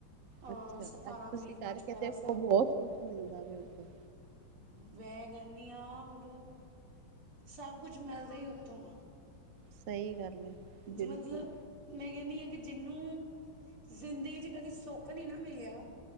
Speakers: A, on the right; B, on the right.
A: ਅ,
B: ਅੱਛਾ ਅੱ ਤੁਸੀਂ
A: ਤਰੀਕ
B: ਕਰਕੇ
A: ਤੋਂ ਚੁਪਹਿਰਾ
B: ਦੇਖੋ
A: ਸਾਹਿਬ
B: ਬਹੁਤ ਕੁਛ ਮਿਲਦਾ ਵੈ ਉਥੋ।
A: ਮੈਂ ਕਹਿਣੀ ਆਂ ਮਤਲਬ ਸਭ ਕੁਛ ਮਿਲਦਾ ਹੀ ਉੱਥੋਂ।
B: ਸਹੀ ਗੱਲ ਐ। ਬਿਲਕੁਲ
A: ਜੇ ਮਤਲਬ ਮੈਂ ਕਹਿਣੀ ਹਾਂ ਕਿ ਜਿਹਨੂੰ ਜ਼ਿੰਦਗੀ 'ਚ ਕਦੇ ਸੁੱਖ ਨਹੀਂ ਨਾ ਮਿਲਿਆ